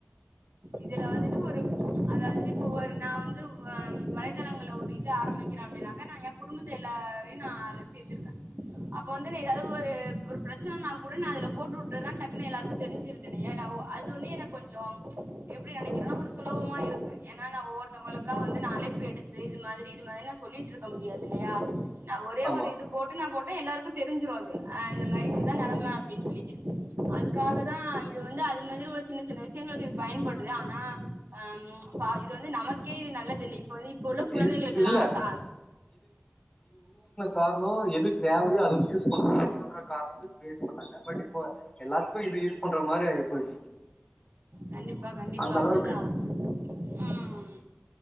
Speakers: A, on the right; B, on the left.
A: இதுல வந்துட்டு ஒரு ச் அதாவ்து இப்ப ஒரு நா வந்து வம் வலைதளங்கள்ள ஒரு இது ஆரம்பிக்கிறே அப்டின்னா அதா நா எ குடும்பத்துல எல்லாரையு நா அதுல சேத்திருக்கே அப் ப வந்து நா ஏதாது ஒரு பிரச்சனனா கூட நா அதுல போட்டுட்டுர்ற டக்குனு எல்லாருக்கு தெரிஞ்சிருது இல்லையா நா ஓ அது வந்து எனக்கு கொஞ்ச எப்படி நெனக்கனுனா ஒரு சுலபமா இருக்கு ஏனா நா ஒவ்வொருத்தவங்களுக்கு வந்து நா அழைப்பு எடுத்து இது மாதிரி இது மாதிரி நா சொல்லிட்ருக்க முடியாது இல்லையா நா ஒரே
B: ஆமா
A: ஒரு இது போட்டு நா போட்டா எல்லாருக்கு தெரிஞ்சிரு அது அந்த மாதிரிதா நெலம அப்டின்னு சொல்லிட்டு அது க்காகதா இது வந்து அது இந்த மாதிரி ஒரு சின்ன சின்ன விஷயங்கள் இது பயன்படுது ஆனா ஆ பா இது வந்து நமக்கே இது ந ல்லதில்லை இப்ப வந்து இப்ப உள்ள குழந்தைகளுக்குலா
B: இ இல்ல
A: ச
B: காரண எது தேவையோ அது யூஸ் பண்ண ன்ற காரணத்துக்கு கிரியேட் பண்ணாங்க பட் இப்ப எல்லாத்துக்கு இது யூஸ் பண் ற மாரி ஆயிபோச்சு
A: கண்டிப்பா கண்டிப்பா
B: அந்தளவுக்கு
A: அதுதா ம்